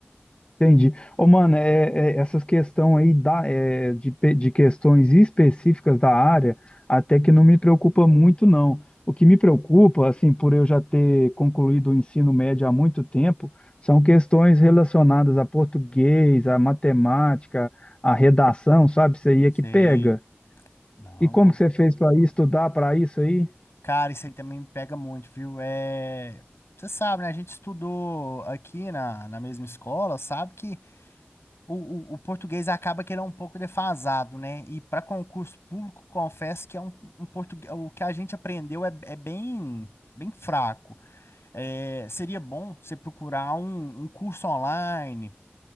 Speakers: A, on the left (about 30°); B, on the left (about 80°).
A: entendi. Ô, mano, é, é, essas questões aí da, é, de, pe- de questões específicas da área, até que não me preocupa muito, não. O que me preocupa, assim, por eu já ter concluído o ensino médio há muito tempo, são questões relacionadas a português, a matemática, a redação, sabe? Isso aí é
B: Sei.
A: que pega.
B: Não,
A: E como
B: eu-
A: que você fez para estudar para isso aí?
B: cara, isso aí também me pega muito, viu? É, você sabe, né? A gente estudou aqui na, na mesma escola, sabe que O, o, o português acaba que ele é um pouco defasado, né? E para concurso público, confesso que é um, um português, o que a gente aprendeu é, é bem, bem fraco. É, seria bom você procurar um, um curso online